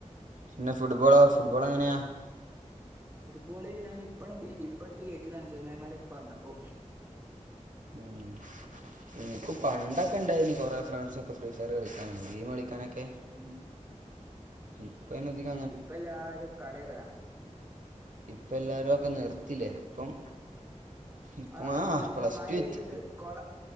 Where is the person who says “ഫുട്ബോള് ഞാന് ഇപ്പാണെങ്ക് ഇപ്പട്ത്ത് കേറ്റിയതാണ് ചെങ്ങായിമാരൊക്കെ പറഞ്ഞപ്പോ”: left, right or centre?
Right